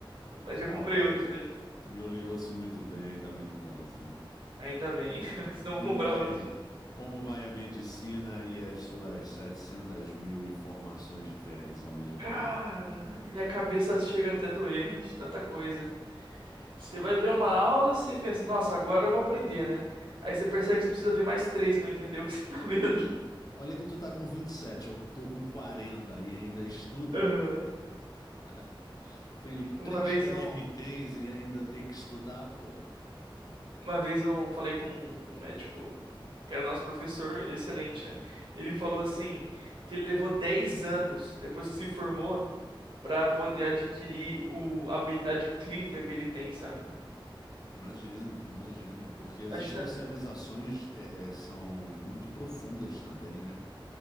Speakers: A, on the right; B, on the left.
A: mas já
B: Tá
A: comprei
B: ótimo.
A: outro já.
B: Eu lhe ouço muito bem, tá muito bom, sim.
A: Ainda bem. <laughs> Senão
B: Como
A: eu vou comprar
B: vai,
A: outro.
B: como vai a medicina e as suas 700 mil informações diferentes ao mesmo
A: Cara,
B: tempo?
A: minha cabeça chega até a doer de tanta coisa. Você vai ver uma aula, você pensa, nossa, agora eu vou aprender, né? Aí você percebe que você precisa ver mais três pra entender o que <laughs> você tá vendo.
B: Olha que tu tá com 27, eu tô com 40 e ainda estudo.
A: Aham.
B: <laughs> Tenho três
A: Uma vez
B: DRTs
A: um.
B: e ainda tem que estudar, porra.
A: Uma vez eu falei com um médico, que era nosso professor, ele é excelente, né? Ele falou assim, que ele levou 10 anos depois que se formou pra poder adquirir o, a habilidade clínica que ele tem, sabe?
B: Imagino, imagino. Porque as
A: Imagina.
B: especializações é, é, são muito profundas também, né?